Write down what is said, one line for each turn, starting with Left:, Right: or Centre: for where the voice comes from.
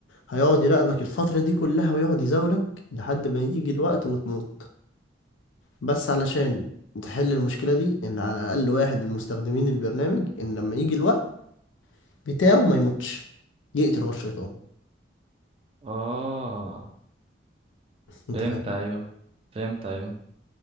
Left: هيقعد يراقبك الفترة دي كلها ويقعد يزاولك لحد ما يجي الوقت وتموت بس علشان تحل المشكلة دي ان على الاقل واحد من مستخدمين البرنامج ان لما يجي الوقت بتاعه ما يموتش يقتل هو الشيطان
Right: اه
Left: انت
Right: فهمت
Left: فاهم
Right: ايوه فهمت ايوه